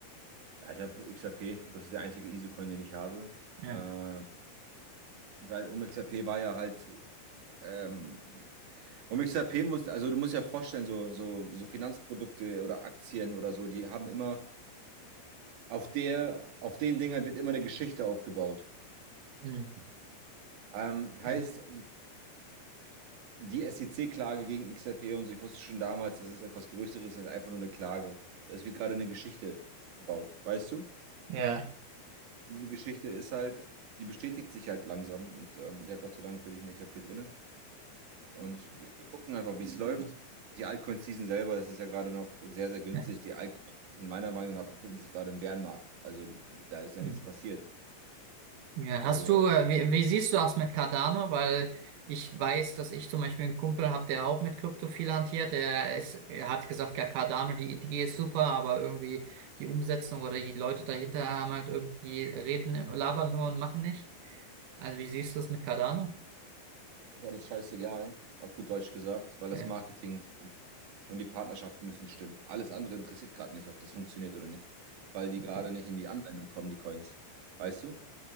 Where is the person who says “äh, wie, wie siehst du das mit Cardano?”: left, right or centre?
Right